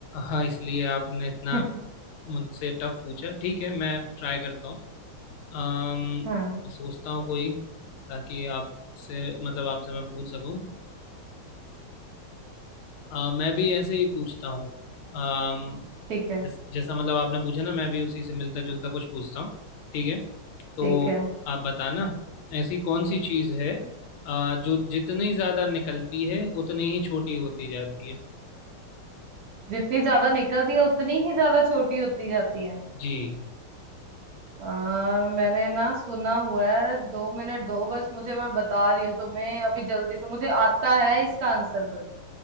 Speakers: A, on the left; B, on the right.
A: हाँ इसलिए आपने इतना
B: <laughs>
A: मुझसे टफ पूछा ठीक है मैं ट्राई करता हूँ अम्म
B: हाँ
A: सोचता हूँ कोई ताकि आपसे मतलब आपसे मैं पूछ सकूं अ, मैं भी ऐसे ही पूछता हूँ अम्म
B: ठीक है
A: जैस- जैसा मतलब आपने पूछा ना मैं भी उसी से मिलता जुलता कुछ पूछता हूँ ठीक है तो
B: ठीक है
A: आप बताना ऐसी कौन सी चीज़ है अ, जो जितनी ज़्यादा निकलती है उतनी ही छोटी होती जाती है
B: जितनी ज्यादा निकलती है उतनी ही ज्यादा छोटी होती जाती है
A: जी
B: आ, मैंने ना सुना हुआ है दो मिनट दो बस मुझे मैं बता रही हूँ तुम्हें अभी जल्दी से मुझे आता है इसका आंसर पर